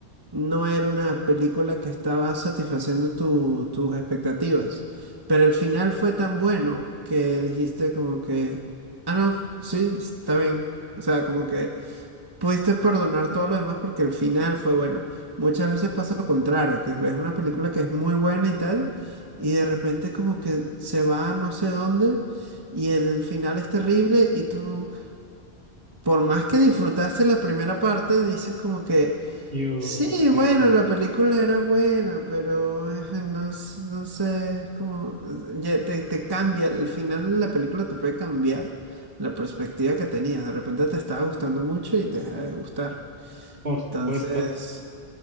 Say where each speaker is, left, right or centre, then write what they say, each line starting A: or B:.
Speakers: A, on the right; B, on the right.
A: no era una película que estaba satisfaciendo tu- tus expectativas, pero el final fue tan bueno que dijiste como que, ah, no, sí, está bien. O sea, como que Pudiste perdonar todo lo demás porque el final fue bueno. Muchas veces pasa lo contrario, que ves una película que es muy buena y tal, y de repente como que se va a no sé dónde y el final es terrible y tú, por más que disfrutaste la primera parte, dices como que,
B: yo
A: sí,
B: sé,
A: bueno, la película era buena, pero eh, no, s- no sé, es como, ya te, te cambia, el final de la película te puede cambiar la perspectiva que tenías. De repente te estaba gustando mucho y te deja de gustar.
B: por supuesto.
A: Entonces,